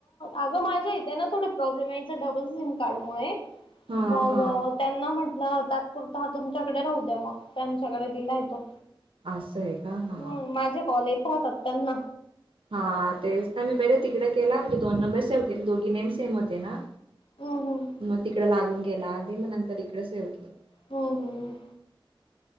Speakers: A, on the left; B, on the right.
A: अगं माझ्या इथ ना थोडे प्रॉब्लेम यायच डबल सिम कार्डमुळे
B: हा
A: मग
B: हा
A: त्यांना म्हटलं तात्पुरता हा तुमच्याकडे राहू द्या मग त्यांच्याकडे दिलाय तो.
B: असं आहे का हा.
A: हम्म माझे कॉल येत राहतात त्यांना
B: हा तेच ना मी बरे तिकडे केला म्हणजे दोन नंबर सेव्ह केले दोघी नेम सेम होते ना
A: हम्म हम्म.
B: मग तिकड लागून गेला आधी मग नंतर इकडे सेव केला.
A: हम्म हम्म.